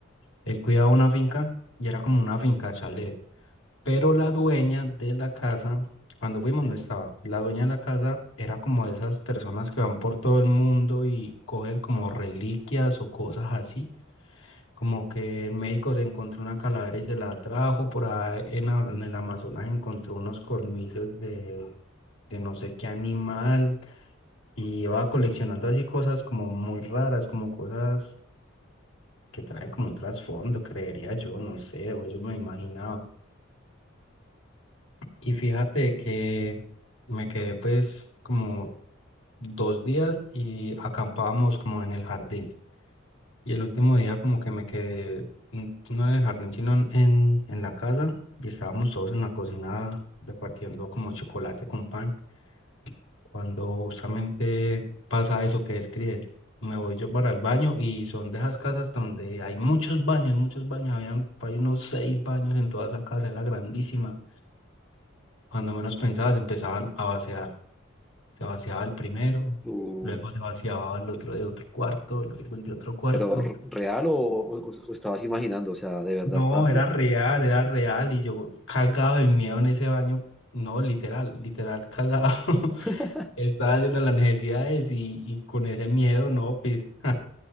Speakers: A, on the left; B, in the centre.
A: Él cuidaba una finca y era como una finca chalet, pero la dueña de la casa, cuando fuimos no estaba. La dueña de la casa era como de esas personas que van por todo el mundo y cogen como reliquias o cosas así, como que en México se encontró una calavera y se la trajo, por ahí en, a- en el Amazonas encontró unos colmillos de, de no sé qué animal y iba coleccionando así cosas como muy raras, como cosas que trae como un trasfondo, creería yo, no sé, o eso me imaginaba. Y fíjate que me quedé pues como dos días y acampábamos como en el jardín. Y el último día como que me quedé, mm, no en el jardín, sino en, en en la casa y estábamos todos en la cocina repartiendo como chocolate con pan. cuando justamente pasa eso que describes. Me voy yo para el baño y son de esas casas donde hay muchos baños, muchos baños, habían por ahí unos seis baños en toda esa casa, era grandísima. Cuando menos pensabas, empezaban a vaciar. Se vaciaba el primero,
B: <laughs>
A: luego
B: Uy,
A: se vaciaba el otro de otro cuarto, luego el de otro cuarto.
B: pero r- real o, o- o- o estabas imaginando, o sea, de verdad
A: No,
B: estabas...
A: era real, era real y yo cagado del miedo en ese baño, no, literal, literal cagado. <laughs>
B: <laughs>
A: Estaba haciendo las necesidades y, y con ese miedo, no, pues. <laughs>